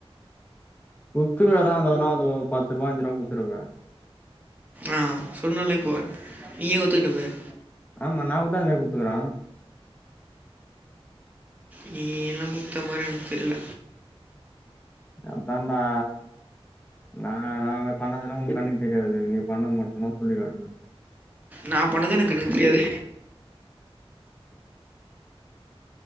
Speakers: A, on the left; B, on the right.
A: குத்திருப்ப எதா எதனா வந்து பத்து ருபா அஞ்சு ருபா குத்துருப்ப
B: ஆ சொன்னல்ல இப்போ நீயே ஒத்துக்குட்ட பாரு
A: ஆமா நாகூடதா அந்தமாரி குத்துக்குறே
B: நீ எல்லா குத்தமாரி எனக்கு தெர்ல
A: அத்தான்டா நா நா உனக் பண்ணதெல்லா உனக் கண்ணுக்கு தெரியாது நீ பண்ணது மட்டுதா சொல்லிக்காட்டுவ
B: நா பண்ணதே எனக் கண்ணுக்கு தெரியாதே